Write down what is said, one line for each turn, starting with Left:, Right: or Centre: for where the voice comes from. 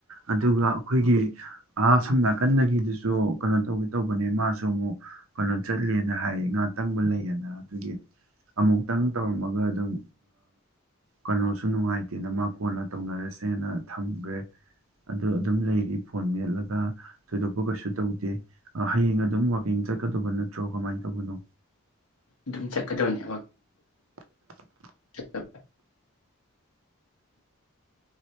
Right: ꯑꯗꯨꯒ ꯑꯩꯈꯣꯏꯒꯤ ꯁꯝ ꯅꯥꯀꯟꯗꯒꯤꯗꯨꯁꯨ ꯀꯩꯅꯣ ꯇꯧꯒꯦ ꯇꯧꯕꯅꯦ ꯃꯥꯁꯨ ꯑꯃꯨꯛ ꯀꯩꯅꯣ ꯆꯠꯂꯦꯅ ꯍꯥꯏꯌꯦ ꯉꯥ ꯇꯪꯕ ꯂꯩꯌꯦꯅ ꯑꯗꯨꯒꯤ ꯑꯃꯨꯛꯇꯪ ꯇꯧꯔꯝꯃꯒ ꯑꯗꯨꯝ ꯀꯩꯅꯣꯁꯨ ꯅꯨꯡꯉꯥꯏꯇꯦꯅ ꯃꯥ ꯀꯣꯟꯅ ꯇꯧꯅꯔꯁꯦꯅ ꯊꯝꯈ꯭ꯔꯦ ꯑꯗꯨ ꯑꯗꯨꯝ ꯂꯩꯔꯤ ꯐꯣꯟ ꯃꯦꯠꯂꯒ ꯊꯣꯏꯗꯣꯛꯄ ꯀꯩꯁꯨ ꯇꯧꯗꯦ ꯍꯌꯦꯡ ꯑꯗꯨꯝ ꯋꯥꯛꯀꯤꯡ ꯆꯠꯀꯗꯧꯕ ꯅꯠꯇ꯭ꯔꯣ ꯀꯃꯥꯏꯅ ꯇꯧꯕꯅꯣ
Left: ꯑꯗꯨꯝ ꯆꯠꯀꯗꯧꯅꯦ <unintelligible>